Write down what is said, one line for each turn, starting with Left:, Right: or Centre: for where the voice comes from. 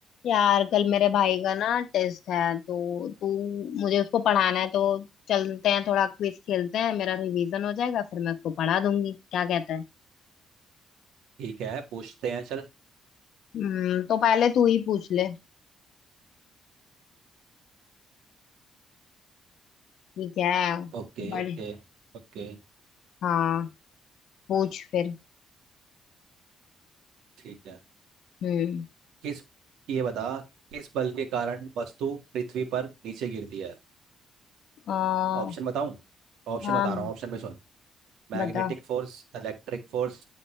Left: यार कल मेरे भाई का ना टेस्ट है तो तू मुझे उसको पढ़ाना है तो चलते हैं थोड़ा क्विज खेलते हैं मेरा रिवीजन हो जाएगा फिर मैं उसको पढ़ा दूंगी क्या कहता है
Right: ठीक है पूछते हैं चल
Left: हम्म तो पहले तू ही पूछ ले ठीक है
Right: Okay
Left: बड़े
Right: okay okay
Left: हाँ पूछ फिर
Right: ठीक है
Left: हम्म
Right: किस ये बता किस बल के कारण वस्तु पृथ्वी पर नीचे गिरती है
Left: आ,
Right: ऑप्शन बताऊं ऑप्शन
Left: हाँ
Right: बता रहा हूँ ऑप्शन में सुन Magnetic
Left: बता
Right: force electric force